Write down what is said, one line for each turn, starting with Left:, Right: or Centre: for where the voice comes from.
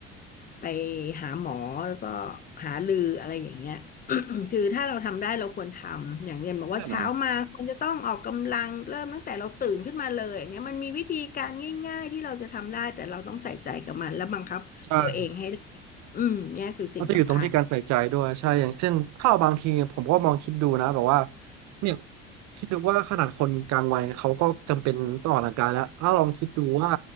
Left: ไปหาหมอแล้วก็หารืออะไรอย่างเงี้ย <coughs> <clears throat> คือถ้าเราทำได้เราควรทำอย่างเรียนบอกว่าเช้ามาควรจะต้องออกกำลังเริ่มตั้งแต่เราตื่นขึ้นมาเลยอันเนี่ยมันมีวิธีการง่ายๆที่เราจะทำได้แต่เราต้องใส่ใจกับมันและบังคับตัวเองให้ได้
Right: ใช่ไหมใช่
Left: อืมเนี่ยคือสิ่งสำคัญ
Right: ก็จะอยู่ตรงที่การใส่ใจด้วยใช่อย่างเช่นถ้าเราบางทีผมก็มองคิดดูนะแบบว่าเนี่ยคิดดูว่าขนาดคนกลางวัยเขาก็จำเป็นต้องออกกำลังกายแล้วถ้าลองคิดดูว่า